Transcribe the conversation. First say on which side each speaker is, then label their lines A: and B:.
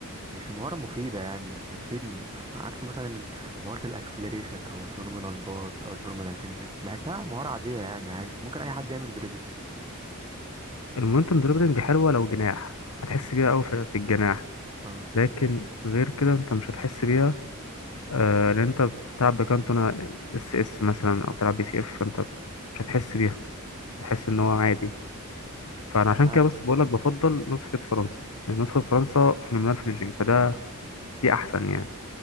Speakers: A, on the right; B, on the left.
A: مش مهارة مفيدة يعني مش هتفيدني عكس مثلا إن مهارة الاكسلريشن او الفينومينال باص او الفينومينال فينيشنج بحسها مهارة عادية يعني عادي ممكن اي حد يعمل دريبل
B: المومنتم دريبلينج حلوه لو جناح هتحس بيها قوي في في الجناح
A: اه
B: لكن غير كده انت مش هتحس بيها آه لان انت بتلعب بكانتونا اس اس مثلا او بتلعب بي سي اف فانت مش هتحس بيها هتحس ان هو عادي فانا عشان
A: معاك
B: كده بس بقول لك بفضل نسخه فرنسا يعني نسخه فرنسا فينومينال فينيشنج فده دي احسن يعني